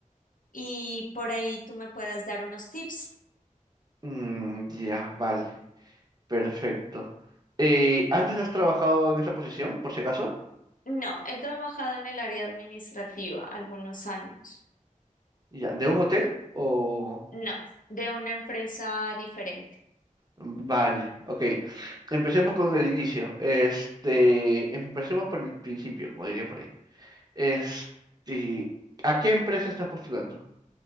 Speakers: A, on the left; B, on the right.
A: y por ahí tú me puedas dar unos tips.
B: Mm, ya, vale, perfecto. Eh, ¿antes has trabajado en esa posición, por si acaso?
A: No, he trabajado en el área administrativa algunos años.
B: Ya, ¿de un hotel o...?
A: No, de una empresa diferente.
B: Vale, ok. Empecemos con el inicio. Este, empecemos por el principio, como dirían por ahí. Este, ¿a qué empresa estás postulando?